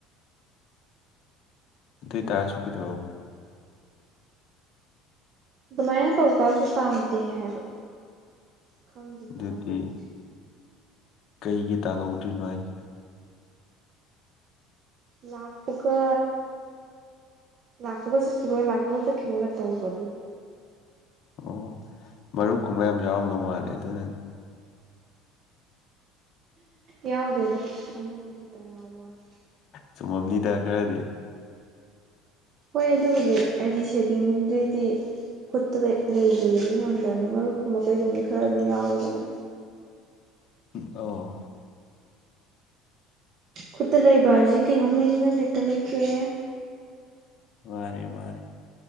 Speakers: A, on the left; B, on the right.
A: ꯑꯗꯨ ꯇꯥꯁꯨ ꯀꯩꯗꯑꯣ
B: ꯑꯗꯨꯃꯥꯏꯅ ꯇꯧ ꯇꯁꯨ ꯇꯥꯟꯗꯦ ꯍꯥꯏꯕ ꯈꯪꯗꯦ
A: ꯑꯗꯨꯗꯤ
B: ꯀꯃꯥꯏꯅꯧ
A: ꯀꯩꯒꯤ ꯇꯥꯍꯧꯗꯣꯏꯔꯤꯅꯣ ꯍꯥꯏꯁꯤꯅꯦ
B: ꯂꯥꯛꯄꯒ ꯂꯥꯛꯀꯨꯒꯁꯦ ꯀꯤꯒꯦ ꯂꯥꯛꯀꯨꯒꯁꯦ ꯀꯤ ꯀꯦ ꯇꯣꯡꯕ ꯑꯗꯨꯝ
A: ꯑꯣ ꯃꯔꯨꯞꯀꯨꯝꯕ ꯌꯥꯝ ꯌꯥꯎꯔꯝꯗꯧ ꯃꯥꯠꯂꯦ ꯑꯗꯨꯅꯅꯦ
B: ꯌꯥꯎꯗꯦꯗ ꯑꯃꯅꯤꯅ ꯈꯤꯇꯪ ꯌꯥꯝ ꯋꯥꯅꯤ
A: ꯆꯨꯝꯃꯝꯅꯤꯗ ꯈꯔꯗꯤ
B: ꯍꯣꯏ ꯑꯗꯨꯕꯨꯗꯤ ꯑꯩꯗꯤ ꯁꯦꯚꯤꯡꯗꯗꯤ ꯈꯨꯠꯇꯗ ꯂꯩꯕꯗꯨꯗꯤ ꯉꯝꯗꯕꯅꯤ ꯃꯔꯨꯞ ꯀꯨꯝꯕ ꯀꯩꯒꯨꯝꯅꯤ ꯈꯔ ꯑꯗꯨꯝ ꯌꯥꯎꯋꯤꯗꯅ
A: ꯑꯧ
B: ꯈꯨꯠꯇ ꯂꯩꯕ ꯍꯥꯏꯁꯤ ꯀꯩꯅꯣꯝ ꯂꯩꯅꯤꯡꯉꯁꯨ ꯍꯦꯛꯇ ꯂꯩꯈꯦ
A: ꯃꯥꯅꯦ ꯃꯥꯅꯦ